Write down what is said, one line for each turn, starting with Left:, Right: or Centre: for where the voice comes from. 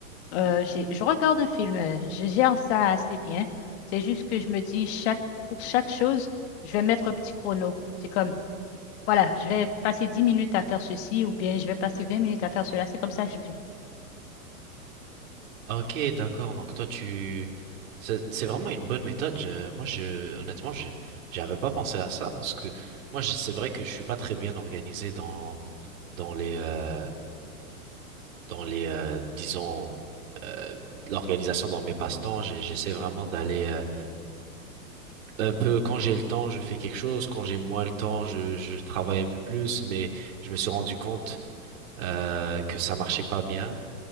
Left: euh, j'ai- je regarde un film. euh, Je gère ça assez bien. C'est juste que je me dis chaque, pour chaque chose, je vais mettre un petit chrono. C'est comme voilà, je vais passer 10 minutes à faire ceci ou bien je vais passer 20 minutes à faire cela. C'est comme ça que je fais.
Right: Ah, Ok, d'accord. Donc toi, tu... C'est c'est vraiment une bonne méthode. Je- moi, je, honnêtement, je, j'avais pas pensé à ça parce que moi, je- c'est vrai que je suis pas très bien organisé dans dans les euh, dans les euh, disons euh, l'organisation dans mes passe-temps. J'ai- J'essaie vraiment d'aller euh, un peu quand j'ai le temps, je fais quelque chose. Quand j'ai moins le temps, je je travaille un peu plus. Mais je me suis rendu compte euh, que ça marchait pas bien.